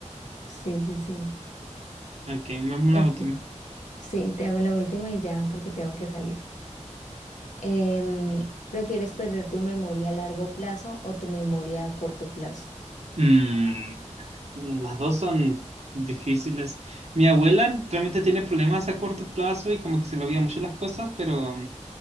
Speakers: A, on the left; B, on the right.
A: Sí, sí, sí.
B: Ok, vamos a
A: Eh,
B: la última.
A: sí, te hago la última y ya, porque tengo que salir. Em, ¿prefieres perder tu memoria a largo plazo o tu memoria a corto plazo?
B: Mm, las dos son difíciles. Mi abuela realmente tiene problemas a corto plazo y como que se le olvida mucho las cosas, pero mm,